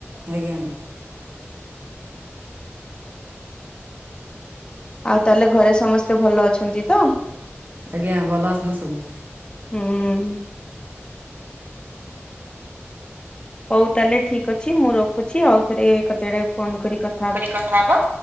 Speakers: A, on the right; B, on the left.
A: ଆଜ୍ଞା ଆଜ୍ଞା।
B: ଆଉ ତାହେଲେ ଘରେ ସମସ୍ତେ ଭଲ ଅଛନ୍ତି ତ?
A: ଆଜ୍ଞା ଭଲ ଅଛନ୍ତି ସବୁ
B: ହୁଁ। ହୋଉ ତାହେଲେ ଠିକ୍ ଅଛି ମୁଁ ରଖୁଛି ଆଉ ଥରେ କତେବେଳେ ଫୋନ କରି କ
A: କରି କଥା ହବ।